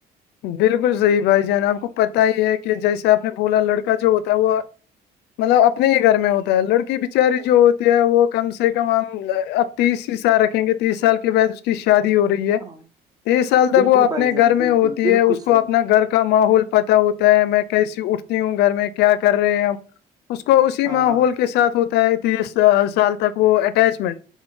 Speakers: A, on the left; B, on the right.
A: بالکل صحیح بھائی جان آپ کو پتا ہی ہے کہ جیسے آپ نے بولا لڑکا جو ہوتا ہے وہ مطلب اپنے ہی گھر میں ہوتا ہے لڑکی بچاری جو ہوتی ہے وہ کم سے کم ہم تیس سال رکھیں گے تیس سال کے بع اس کی شادی ہو رہی ہے
B: ہاں
A: تیس سال
B: بالکل
A: تک وہ اپنے
B: بھائی جان
A: گھر
B: بالکل
A: میں ہوتی
B: بالکل
A: ہے اس کو
B: صحیح
A: اپنا گھر کا ماحول پتتا ہوتا ہے میں کیسی اٹھتی ہوں گھر میں کیا کر رہے ہیں ہم اس کو اسی
B: ہاں
A: ماحول کے ساتھ ہوتا ہے تیس سال تک وہ اٹیچمنٹ